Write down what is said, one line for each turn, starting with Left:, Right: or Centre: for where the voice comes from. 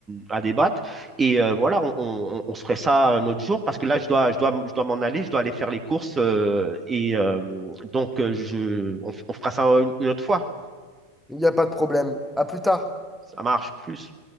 Right: à débattre. Et euh, voilà, on, on, on se ferait ça un autre jour parce que là, je dois, je dois, je dois m'en aller, je dois aller faire les courses. euh, et euh, donc, euh, je, on, f- on fera ça une, une autre fois.
Centre: il n'y a pas de problème. À plus tard.
Right: Ça marche plus.